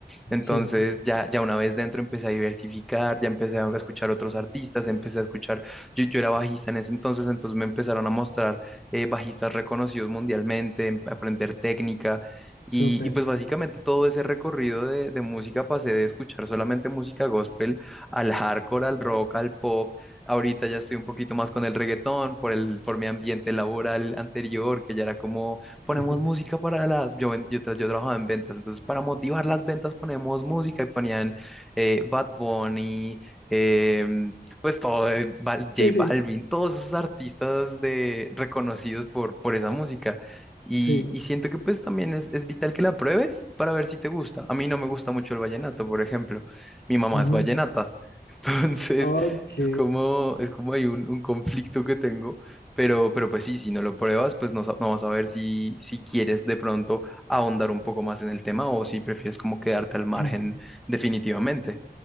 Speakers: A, in the centre; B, on the left.
A: Entonces,
B: sí,
A: ya, ya una vez dentro empecé a diversificar, ya empecé a escuchar otros artistas, empecé a escuchar, yo, yo era bajista en ese entonces, entonces me empezaron a mostrar eh, bajistas reconocidos mundialmente, em- aprender técnica.
B: súper.
A: Y, y pues básicamente todo ese recorrido de, de música pasé de escuchar solamente música gospel al hardcore, al rock, al pop. Ahorita ya estoy un poquito más con el reggaetón por el, por mi ambiente laboral anterior, que ya era como
B: <laughs>
A: ponemos música para la, yo, ven- yo, tra- yo trabajaba en ventas, entonces para motivar las ventas ponemos música y ponían eh, Bad Bunny, em, pues todo, eh, Bal-
B: Sí,
A: J
B: sí,
A: Balvin, todos esos artistas de, reconocidos por, por esa música. Y,
B: sí.
A: y siento que pues también es, es vital que la pruebes para ver si te gusta. A mí no me gusta mucho el vallenato, por ejemplo. Mi mamá
B: ujú.
A: es vallenata, <laughs> entonces
B: Ok.
A: es como, es como hay un un conflicto que tengo pero, pero pues sí, si no lo pruebas, pues no, sa- no vas a ver si, si quieres de pronto ahondar un poco más en el tema o si prefieres como quedarte al margen
B: <clears throat>
A: definitivamente.